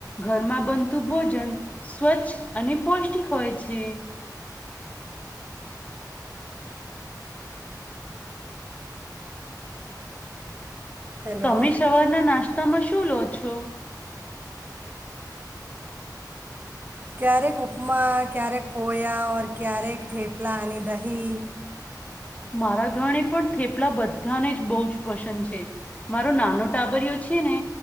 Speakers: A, on the left; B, on the right.
A: ઘરમાં બનતું ભોજન સ્વચ્છ અને પૌષ્ટિક હોય છે,
B: હેલો
A: તમે સવારના નાસ્તામાં શું શું લો છો
B: ક્યારેક ઉપમા ક્યારેક પોયા ઓર ક્યારેક થેપલાની દહી
A: મારા ઘરણે પણ થેપલા બધાને જ બહુ જ પસંદ છે, મારો નાનો ટાબરયો છે ને